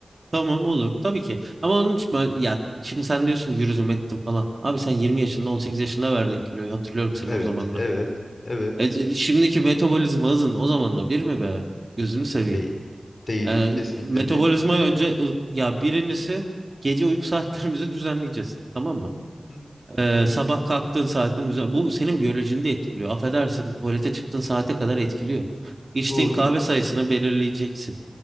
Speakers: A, on the right; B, on the left.
A: Tamam olur tabii ki. Ama onun için ben, ya şimdi sen diyorsun yürüdüm ettim falan. Abi sen 20
B: Hı hı.
A: yaşında 18 yaşında verdin kiloyu hatırlıyorum seni
B: Evet,
A: o zamanları.
B: evet, evet.
A: E, e, şimdiki metabolizma hızın o zamanla bir mi be? Gözünü seveyim.
B: Değil. Değil.
A: E,
B: Kesinlikle
A: metabolizma
B: değil.
A: önce ya birincisi gece uyku <laughs> saatlerimizi düzenleyeceğiz. Tamam mı?
B: Hı hı.
A: E,
B: Hı
A: sabah
B: hı.
A: kalktığın saatin düzen bu senin biyolojini de etkiliyor. Affedersin tuvalete çıktığın saate kadar etkiliyor. İçtiğin
B: Doğru.
A: kahve sayısını belirleyeceksin.